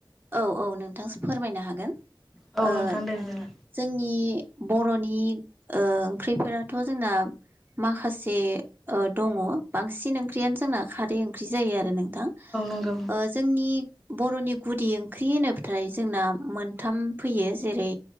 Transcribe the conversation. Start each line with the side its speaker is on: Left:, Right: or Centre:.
Right: औ औ नोंथां फोरमायनो हागोन।
Centre: औ
Right: ओ
Centre: नोंथां दे बिदिब्ला
Right: जोंनि बर'नि ओंख्रिफोराथ' जोंना माखासे दङ बांसिन ओंख्रियानो जोंना खारै ओंख्रि जायो आरो नोंथां
Centre: अनला
Right: जोंनि बर'नि गुदि ओंख्रि होनोब्लाथाय जोंना मोनथाम फैयो जेरै